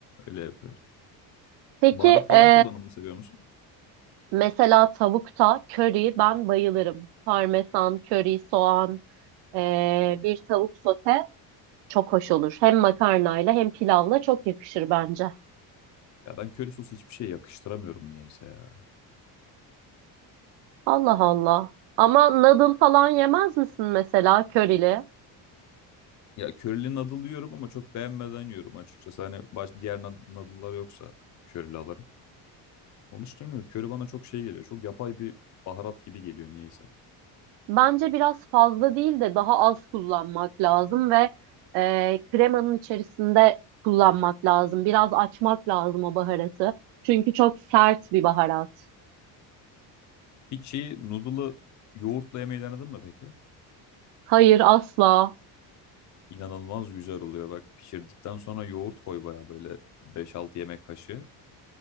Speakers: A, on the left; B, on the right.
A: öyle yapıyorum.
B: Peki
A: Baharat falan
B: e,
A: kullanımını seviyor musun?
B: mesela tavukta köri ben bayılırım. Parmesan, köri, soğan, e, bir tavuk sote çok hoş olur. Hem makarnayla hem pilavla çok yakışır bence.
A: Ya ben köri sosu hiçbir şey yakıştıramıyorum niyeyse ya.
B: Allah Allah. Ama noodle falan yemez misin mesela körili?
A: Ya körili noodle yiyorum ama çok beğenmeden yiyorum açıkçası. Hani baş, diğer nad- noodle'lar yoksa körili alırım. Onun için bilmiyorum. Köri bana çok şey geliyor. Çok yapay bir baharat gibi geliyor niyeyse.
B: Bence biraz fazla değil de daha az kullanmak lazım ve e, kremanın içerisinde kullanmak lazım. Biraz açmak lazım o baharatı. Çünkü çok sert bir baharat.
A: Hiç şeyi noodle'ı yoğurtla yemeyi denedin mi peki?
B: Hayır asla.
A: İnanılmaz güzel oluyor. Bak pişirdikten sonra yoğurt koy baya böyle 5-6 yemek kaşığı.